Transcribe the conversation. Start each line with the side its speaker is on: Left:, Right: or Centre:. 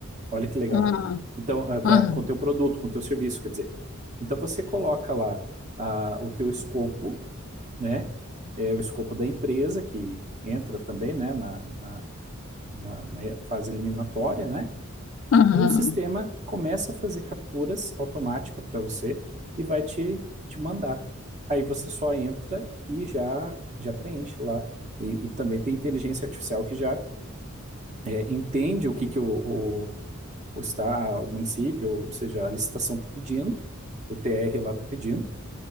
Right: Olha que legal.
Left: Hum,
Right: Então, ah, com
Left: hum,
Right: a- com o teu produto, com o teu serviço, quer dizer. Então, você coloca lá ah, o teu escopo, né? É, o escopo da empresa, que entra também, né, na, na na- na fase eliminatória, né?
Left: uhum,
Right: E o sistema começa a fazer capturas automáticas para você e vai te, te mandar. Aí você só entra e já, já preenche lá. E, e também tem inteligência artificial que já é, entende o que, que o, o, o, está, o município, ou seja, a licitação está pedindo, o TR lá está pedindo,